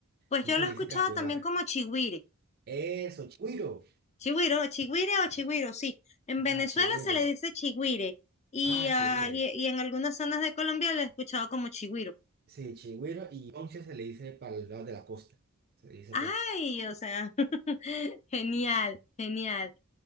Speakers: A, on the left; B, on the right.
A: pues
B: No
A: yo
B: se
A: lo
B: le
A: he escuchado
B: dice capibara.
A: también como chigüire.
B: Eso, chigüiro.
A: Chigüiro, chigüire o chigüiro,
B: Chi-
A: sí. En
B: Ajá,
A: Venezuela
B: chigüiro.
A: se le dice chigüire y,
B: Ah,
A: ah,
B: chigüiro.
A: y, y en algunas zonas de Colombia lo he escuchado como chigüiro.
B: Sí, chigüiro y ponche se le dice para el lado de la costa. Se le dice
A: Ay,
B: ponche.
A: o sea, <laughs> genial, genial.